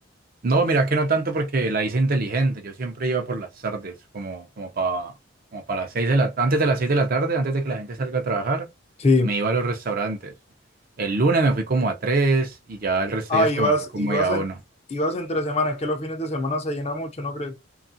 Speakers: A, on the right; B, on the left.
A: No, mira que no tanto porque la hice inteligente. Yo siempre iba por las tardes, como, como para como para las seis de la, antes de las seis de la tarde, antes de que la gente salga a trabajar,
B: Sí,
A: me iba a los restaurantes. El lunes me fui como a tres y ya el resto
B: Ah,
A: de días
B: ibas,
A: pues, me fui como
B: ibas
A: ahí a
B: en,
A: uno.
B: ibas entre semanas, es que los fines de semana se llena mucho, ¿no crees?